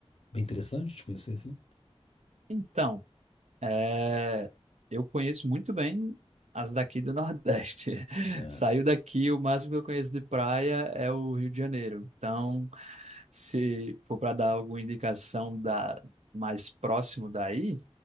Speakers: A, on the left (about 65°); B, on the right (about 85°).
A: bem interessantes de conhecer, assim?
B: Então, eh, eu conheço muito bem as daqui do Nordeste. <laughs>
A: É.
B: Saiu daqui, o máximo que eu conheço de praia é o Rio de Janeiro. Então. se for para dar alguma indicação da mais próximo daí,